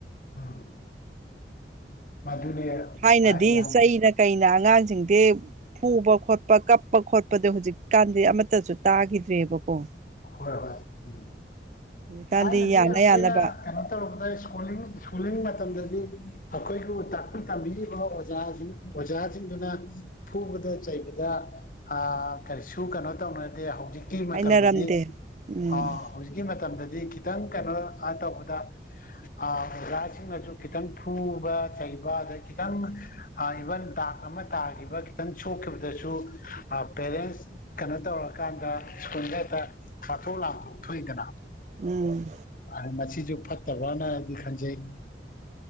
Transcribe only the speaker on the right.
ꯊꯥꯏꯅꯗꯤ
ꯆꯩꯩꯅ ꯀꯩꯅ ꯑꯉꯥꯡꯁꯤꯡꯗꯤ ꯐꯨꯕ ꯈꯣꯠꯄ ꯀꯞꯄ ꯈꯣꯠꯄꯗꯣ ꯍꯧꯖꯤꯛꯀꯥꯟꯗꯤ ꯑꯃꯠꯇꯁꯨ ꯇꯥꯒꯤꯗ꯭ꯔꯦꯕꯀꯣ
ꯍꯧꯖꯤꯛꯀꯥꯟꯗꯤ
ꯌꯥꯅ
ꯌꯥꯅꯕ
ꯍꯥꯏꯅꯔꯝꯗꯦ ꯎꯝ
ꯎꯝ